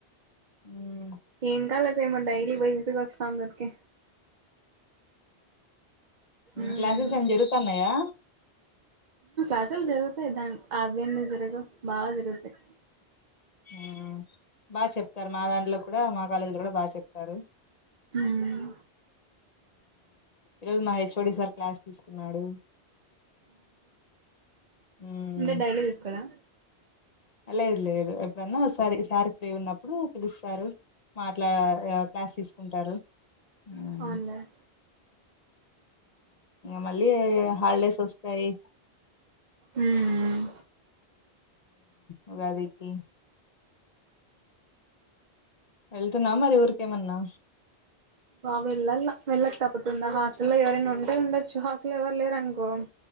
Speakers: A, on the left; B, on the right.
A: ఉమ్,
B: ఏం కాలేజీ స ఏమ డైలీ
A: ఏం చే-
B: బయసిక వస్తాం సరికి మ్మ్
A: క్లాసెస్ ఏ జరుగుతుాన్నాయా
B: అసలు జరుగుతాయి దానికి ఆ అవన్నీ జరగవు బాగా జరుగుతాయి
A: ఆ బాగా చెప్తారు మా దాంట్లో కూడా మా కాలేజీలో కూడా బాగా చెప్తారు
B: మ్మ్
A: ఈరోజు మా హెచ్ఓడి సార్ క్లాస్ తీసుకున్నాడు ఉమ్,
B: ఇే డైలీ తీసుకోడా
A: లేదు లేదు ఎప్పుడన్నాసారి సార్ ఫ్రీ ఉన్నప్పుడు పిలుస్తారు మాట్లా క్లాస్ తీసుకుంటారు ఉమ్,
B: అవున్లేన్
A: మళ్ళీ హల్డేస్ వస్తతాయి
B: మ్మ్
A: ఉగాదికి వెళ్తున్నా మరి ఊరికేమన్నా
B: వెళ్ళ వెళ్ళక తప్పతుందా హాస్టల్లో ఎవరైనా ఉండే ఉండొచ్చు హాస్టల్ ఎవరు లేరు పొ